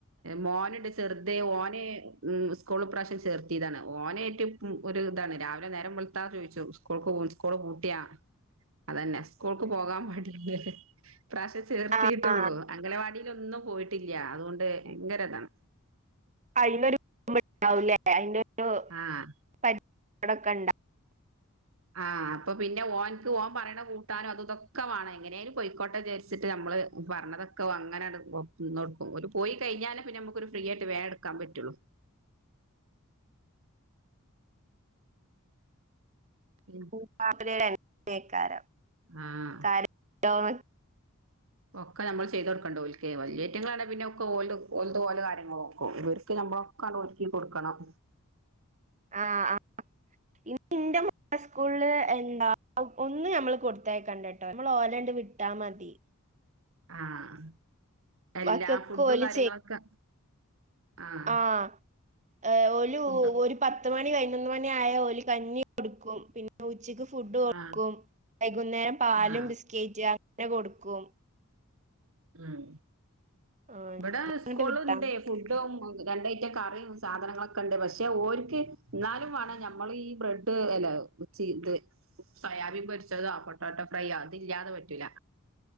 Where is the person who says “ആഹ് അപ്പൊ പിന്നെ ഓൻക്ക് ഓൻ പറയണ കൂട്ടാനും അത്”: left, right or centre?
Right